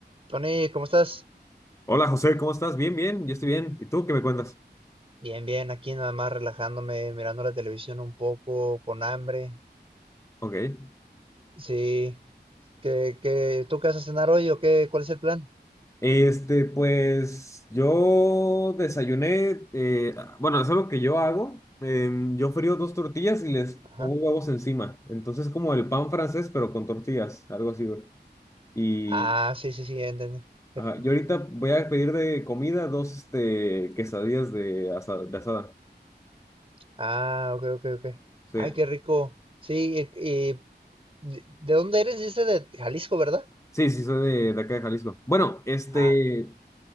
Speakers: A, on the right; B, on the left.
A: Tony, ¿cómo estás?
B: Hola José, ¿cómo estás? Bien, bien, yo estoy bien. ¿Y tú qué me cuentas?
A: Bien, bien, aquí nada más relajándome, mirando la televisión un poco, con hambre.
B: Ok.
A: Sí, ¿qué, qué, tú qué vas a cenar hoy o qué? ¿Cuál es el plan?
B: Este, pues yo desayuné, eh, bueno, es algo que yo hago. em, yo frío dos tortillas y les
A: Ajá.
B: pongo huevos encima. Entonces, como el pan francés, pero con tortillas, algo así, güey. Y
A: Ah, sí, sí, sí, ya entendí. Qué
B: ajá,
A: rico.
B: yo ahorita voy a pedir de comida dos, este, quesadillas de asada, de asada.
A: Ah, ok, ok, ok.
B: Sí,
A: Ay, qué rico. Sí, y, y ¿de de dónde eres? Dice de Jalisco, ¿verdad?
B: sí, sí, soy de, de acá de Jalisco. Bueno, este,
A: Ah,